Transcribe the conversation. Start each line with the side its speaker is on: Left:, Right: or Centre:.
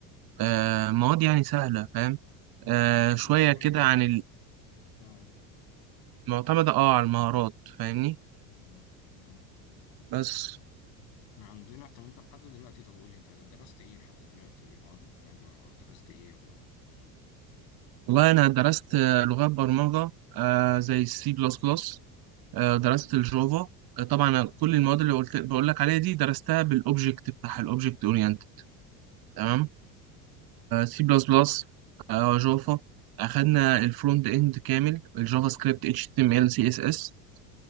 Right: آه مواد يعني سهلة فاهم آه
Left: المواد
Right: شوية
Left: معتمدة
Right: كده
Left: على
Right: عن
Left: اه
Right: المعتمدة اه على المهارات فاهمني
Left: امم. ما-
Right: بس
Left: احنا عندنا طب انت لحد دلوقتي طب قول لي انت درست ايه لحد دلوقتي مواد برمجة درست ايه ولا
Right: والله أنا درست آه، لغات برمجة آه زي السي بلس بلس آه، درست الجافا آه، طبعا كل المواد اللي قلت بقول لك عليها دي درستها بالاوبجكت بتاعها الاوبجكت اورينت تمام سي بلس بلس جافا اخدنا الفرونت اند كامل الجافا سكريبت اتش تي ام ال سي اس اس